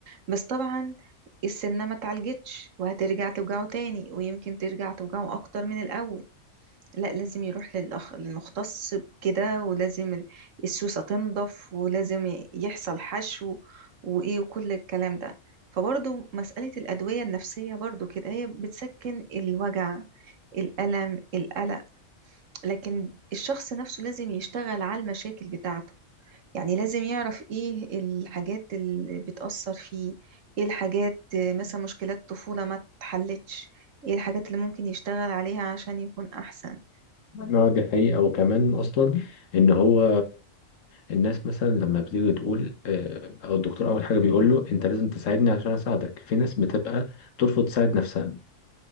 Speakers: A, on the right (about 70°); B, on the left (about 70°).
A: بس طبعا السنه ما اتعالجتش وهترجع توجعه تاني ويمكن ترجع توجعه اكتر من الاول لا لازم يروح للأخ للمختص بكده ولازم ال- السوسة تنضف ولازم ي- يحصل حشو وإيه وكل الكلام ده فبرضو مسألة الأدوية النفسية برضو كده هي بتسكن الوجع الألم القلق لكن الشخص نفسه لازم يشتغل على المشاكل بتاعته يعني لازم يعرف إيه الحاجات اللي بتأثر فيه إيه الحاجات آه، مثلا مشكلات طفولة ما اتحلتش إيه الحاجات اللي ممكن يشتغل عليها عشان يكون أحسن
B: اه دي حقيقة وكمان أصلا إن هو الناس مثلا لما بتيجي تقول آه، او الدكتور اول حاجه بيقول له انت لازم تساعدني عشان اساعدك في ناس بتبقى ترفض تساعد نفسها